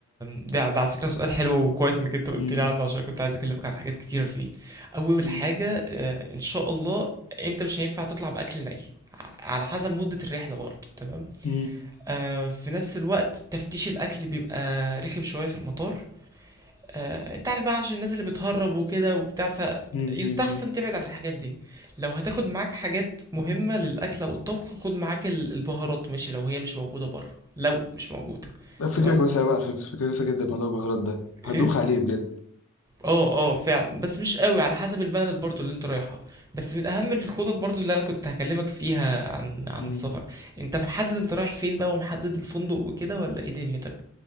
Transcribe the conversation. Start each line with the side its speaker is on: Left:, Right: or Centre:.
Right: ده ده على فكره سؤال حلو وكويس انك انت قلت
Left: مم.
Right: لي عنه عشان كنت عايز اكلمك عن حاجات كتيره فيه اول
Left: مم.
Right: حاجه آه، ان شاء الله انت مش هينفع تطلع باكل ني ع- على حسب مده الرحله برضه تمام
Left: مم.
Right: آه، في نفس الوقت تفتيش الاكل بيبقى رخم شويه في المطار آه، انت عارف بقى عشان الناس اللي بتهرب وكده وبتاع فيستحسن
Left: مم. مم.
Right: تبعد عن الحاجات دي لو هتاخد معاك حاجات مهمة للأكل أو الطبخ خد معاك ال- البهارات ماشي لو هي مش موجودة بره لو مش موجودة
Left: مم. فكرة
Right: تمام
Left: كويسة أوي على فكرة فكرة كويسة جدا موضوع البهارات ده
Right: ايه
Left: هدوخ عليه بجد
Right: اه اه فعلا بس مش قوي على حسب البلد برضو اللي انت رايحها بس من اهم الخطط برضو اللي انا كنت هكلمك فيها عن عن
Left: مم.
Right: السفر انت محدد انت رايح فين بقى ومحدد الفندق وكده ولا ايه دنيتك